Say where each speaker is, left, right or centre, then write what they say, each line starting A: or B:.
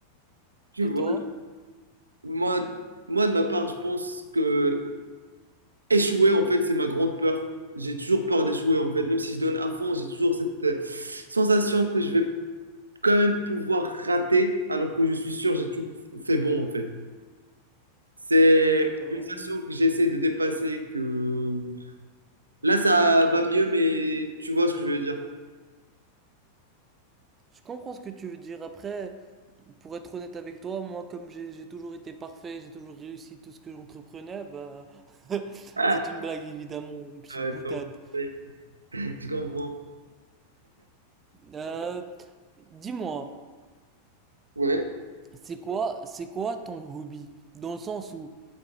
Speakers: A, on the right; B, on the right.
A: Tu
B: Et
A: vois,
B: toi?
A: moi, moi, de ma part, je pense que échouer, en fait, c'est ma grande peur. J'ai toujours peur d'échouer, en fait. Même si je donne à fond, j'ai toujours cette euh, sensation que je vais quand même pouvoir rater, alors que je suis sûr, j'ai tout fait bon, en fait. C'est
B: Hein.
A: une sensation que j'essaie de dépasser, que là, ça va mieux, mais tu vois ce que je veux dire.
B: Je comprends ce que tu veux dire. Après, pour être honnête avec toi, moi, comme j'ai j'ai toujours été parfait, j'ai toujours réussi tout ce que j'entreprenais, bah... <laughs>
A: Ah,
B: C'est une blague, évidemment, une petite
A: Euh,
B: boutade.
A: je comprends. mec. Je comprends.
B: Euh, dis-moi.
A: ouais.
B: C'est quoi, c'est quoi ton hobby? Dans le sens où,